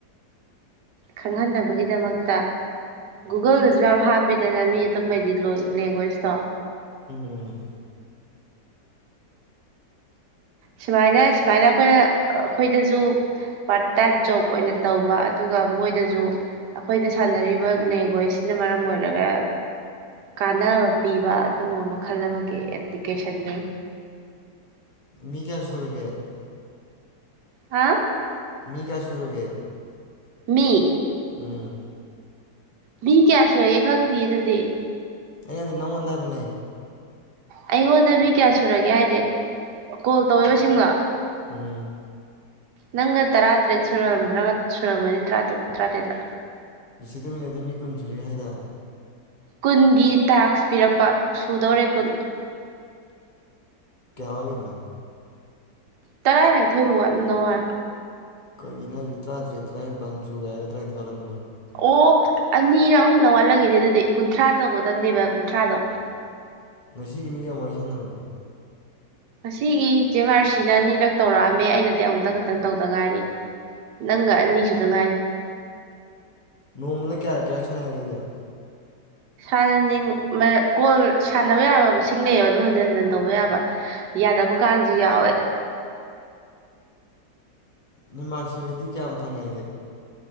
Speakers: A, on the right (about 70°); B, on the left (about 35°).
A: ꯈꯪꯍꯟꯅꯕꯒꯤꯗꯃꯛꯇ ꯒꯨꯒꯜꯗꯁꯨ ꯌꯥꯝ ꯍꯥꯞꯄꯤꯗꯅ ꯃꯤ ꯑꯇꯣꯞꯄꯗꯤ ꯂꯦꯡꯒ꯭ꯋꯦꯁꯇꯣ
B: ꯎꯝ
A: ꯁꯨꯃꯥꯏꯅ ꯁꯨꯃꯥꯏꯅ ꯑꯩꯈꯣꯏꯅ ꯑꯩꯈꯣꯏꯗꯁꯨ ꯄꯥꯔꯠ ꯇꯥꯏꯝ ꯖꯣꯕ ꯑꯣꯏꯅ ꯇꯧꯕ ꯑꯗꯨꯒ ꯃꯣꯏꯗꯁꯨ ꯑꯩꯈꯣꯏꯗ ꯁꯥꯟꯅꯔꯤꯕ ꯂꯦꯡꯒ꯭ꯋꯦꯖꯁꯤꯅ ꯃꯔꯝ ꯑꯣꯏꯔꯒ ꯀꯥꯟꯅꯕ ꯄꯤꯕ ꯑꯗꯨꯒꯨꯝꯕ ꯃꯈꯜ ꯑꯃꯒꯤ ꯑꯦꯄ꯭ꯂꯤꯀꯦꯁꯟꯅꯤ
B: ꯃꯤ ꯀꯌꯥ ꯁꯨꯔꯒꯦ
A: ꯍꯥ
B: ꯃꯤ ꯀ ꯁꯨꯔꯒꯦ
A: ꯃꯤ
B: ꯎꯝ
A: ꯃꯤ ꯀꯌꯥ ꯁꯨꯨꯔꯒꯦ ꯈꯪꯗꯦ ꯑꯗꯨꯗꯤ
B: ꯑꯩꯅꯗꯤ ꯅꯉꯣꯟꯗꯥꯥꯏꯕ ꯅ
A: ꯑꯩꯉꯣꯟꯗ ꯃꯤ ꯀꯌꯥ ꯁꯨꯔꯒꯦ ꯍꯥꯏꯁꯦ ꯀꯣꯜ ꯇꯧꯕꯁꯤꯡꯂ
B: ꯎꯝ
A: ꯅꯪ ꯇ ꯔꯥꯇꯦ ꯆꯨꯔꯝꯕ꯭ꯔ ꯑꯣꯏ ꯆꯨꯔꯝꯕ ꯅ ꯇꯥꯇ ꯇ ꯔꯥꯇꯂ
B: ꯏ ꯇꯨꯃꯤꯟꯅꯗꯤ ꯃꯤ ꯀꯨꯟ ꯁꯨꯔꯤꯦ ꯍꯥꯏꯗ
A: ꯀꯨꯟꯒꯤ ꯇꯥꯛꯁ ꯄꯤꯔꯛꯄ ꯁꯨꯗꯧꯔꯦ ꯀꯨꯟ
B: ꯀꯌꯥ ꯋꯥꯦ ꯀ
A: ꯇꯔꯥꯏꯅ ꯊꯣꯏꯃꯨ ꯋꯥꯠ ꯅꯋꯥꯔ
B: ꯀꯔꯤꯅ ꯇ꯭ꯔꯥ ꯊꯔꯦ ꯇ꯭ꯔꯥ ꯄ ꯆꯨꯔꯦꯒ ꯇ꯭ꯔꯥꯏ ꯊ ꯋꯥꯔ
A: ꯑꯣ ꯑꯅꯤꯔ ꯑꯍꯨꯝꯂ ꯋꯥꯠꯂꯒꯦꯅꯦ ꯑꯗꯨꯗꯤ ꯀꯨꯟꯊ꯭ꯔꯥ ꯇꯒ ꯇꯝꯅꯦꯦꯕ ꯀꯨꯟꯊ꯭ꯔꯥꯗꯣ
B: ꯉꯁꯤꯒꯤ ꯃꯤꯒ ꯋꯥꯔꯤ ꯁꯥꯟꯅꯔꯕ
A: ꯑꯁꯤꯒꯤꯆꯦ ꯑꯥꯔ ꯁꯤꯅ ꯑꯅꯤꯔꯛ ꯇꯧꯔꯛꯑꯝꯃꯦ ꯑꯩꯅꯗꯤ ꯑꯃꯨꯛꯇꯪ ꯈꯛꯇꯪ ꯇꯧꯗ ꯉꯥꯏꯔꯤ ꯅꯪꯒ ꯑꯅꯤꯁꯨꯗ ꯉꯥꯏꯔꯦ
B: ꯅꯣꯡꯃ ꯀꯌꯥꯔ ꯀꯌꯥ ꯁꯅꯒ ꯌꯥꯔ
A: ꯥꯟꯅꯅꯤꯡ ꯀꯣꯜ ꯁꯥꯟꯅꯕ ꯌꯥꯕ ꯃꯁꯤꯡ ꯂꯩꯑꯕ ꯑꯗꯨꯝ ꯍꯟꯖꯤꯟ ꯍꯟꯖꯤꯟ ꯇꯧꯕ ꯌꯥꯕ ꯌꯥꯗꯕ ꯀꯥꯟꯁꯨ ꯌꯥꯎꯋꯦ
B: ꯅꯃꯥꯁꯤꯕꯗꯤ ꯀꯌꯥꯝ ꯐꯪꯉꯦ ꯍꯥꯏꯒꯦ